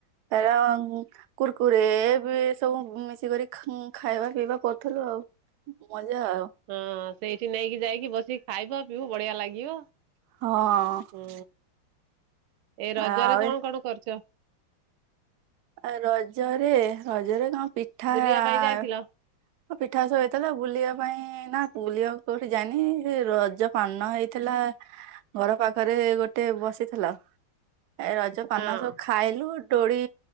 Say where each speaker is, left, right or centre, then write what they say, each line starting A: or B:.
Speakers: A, on the right (about 70°); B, on the right (about 85°).
A: <inaudible> କୁରକୁରେ ବି ସବୁ ମିଶିକରି ଖାଗଁ ଖାଇବା ପିଇବା କରୁଥୁଲୁ ଆଉ। ମଜା ଆଉ।
B: ହଁ ସେଇଠି ନେଇକି ଯାଇକି ବସିକି ଖାଇବ ପିଇବୁ ବଢିଆ ଲାଗିବ।
A: ହଁ।
B: ହୁଁ। ଏ ରଜରେ
A: ଆଉ
B: କଣ
A: ଏ-
B: କଣ କରୁଚ?
A: ଆ, ରଜରେ ରଜରେ କଣ ପିଠା
B: ବୁଲିବା
A: ଆ,
B: ପାଇଁ ଯାଇଥିଲ?
A: ହଁ ପିଠା ସ- ହେଇଥିଲା ବୁଲିବା ପାଇଁ ନା ବୁଲିବାକୁ କୋଉଠି ଯାଇନି, ସେ ର ଜ ପାନ ହେଇଥିଲା ଘର ପାଖରେ ଗୋଟେ ବସିଥିଲା। ଏ ରଜ
B: ହଁ
A: ପାନ ସବୁ ଖାଇଲୁ, ଡୋଳି